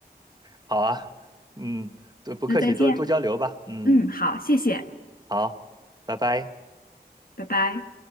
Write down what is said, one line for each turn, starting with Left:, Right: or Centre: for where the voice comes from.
Right: 好啊，嗯，对，不客气，
Left: 那再见。
Right: 多多交流吧。嗯，
Left: 嗯，好，谢谢，
Right: 好，拜拜。
Left: 拜拜。